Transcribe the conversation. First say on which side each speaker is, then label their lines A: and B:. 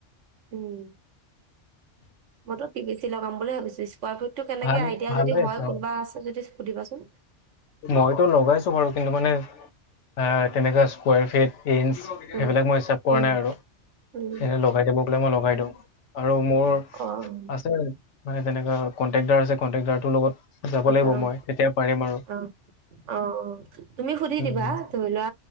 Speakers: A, on the right; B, on the left.
A: উম। মল <unintelligible> পিব ষ্ট লগাম বুলি ভাবিছো। স্কোৱাৰাৰ ফিট টো কেনেকে
B: ভাল
A: আইডিয়া
B: ভালে
A: যদি হয়,
B: আছে অ
A: কোনোবা আছে যদি সুধিবাচোন।
B: মইতো লগাইছো বাৰু। কিন্তু মানে এ তেনেকোৱা স্কাৰ ফিট- ইন্ছ, সেইবিলাক
A: উম
B: মই হিচাপ কৰা
A: উম
B: নাই আৰু সেইবিলাক
A: উম,
B: লগাই দিব গ'লে মই লগাই দিওঁ। আৰু মোৰ
A: অ'।
B: আছে মানে তেনেকা কনট্ৰেক্দাৰ আছে। কন্ট্ৰেকদাৰটোৰ লগত, যাব
A: আচ্ছ
B: লাগিব
A: অ'
B: মই তেতিয়া পাৰিম আৰু
A: অ' অ' অ' তুমি সুধি
B: উম
A: দিবা, ধৰি লোৱা